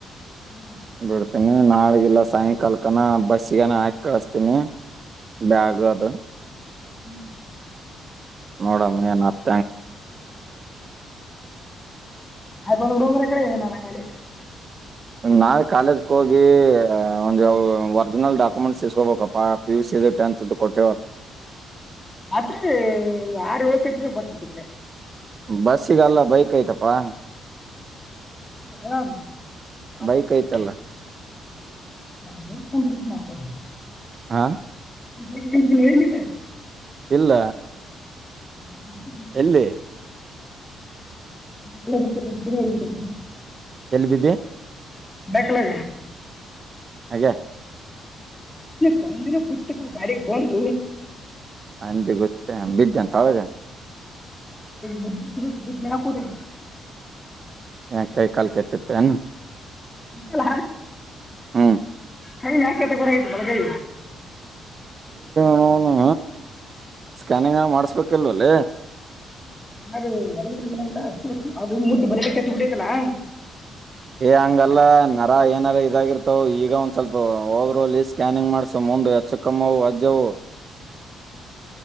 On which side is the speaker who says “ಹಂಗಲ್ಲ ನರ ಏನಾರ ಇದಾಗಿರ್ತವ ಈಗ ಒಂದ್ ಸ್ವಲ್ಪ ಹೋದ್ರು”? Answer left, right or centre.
Right